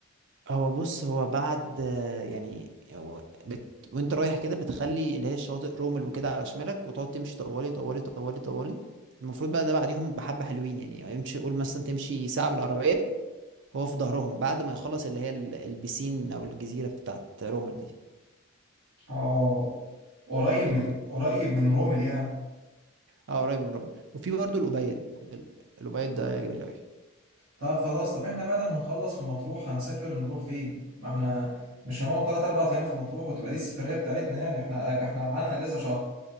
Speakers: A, on the right (about 60°); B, on the right (about 75°).
A: هو بص هو بعد آه، يعني هو بت... وانت رايح كده بتخلي اللي هي الشواطئ رومل وكده على شمالك وتقعد تمشي طوالي طوالي طوالي طوالي المفروض بقى ده بعديهم بحبة حلوين يعني امشي قول مثلا تمشي ساعة بالعربية هو في ظهرهم بعد ما يخلص اللي هي ال- البسين او الجزيرة بتاعت رومل دي
B: اه قريب
A: ده جميل
B: من قريب من رومل يعني
A: اه قريب من رومل وفي برضه الأبيض ال- الأبيض ده جميل
B: طب خلاص طب احنا بعد ما نخلص في مطروح هنسافر نروح فين ما احنا مش هنقعد 3 4 ايام في مطروح وتبقى دي السفرية بتاعتنا يعني احنا احنا معانا اجازة شهر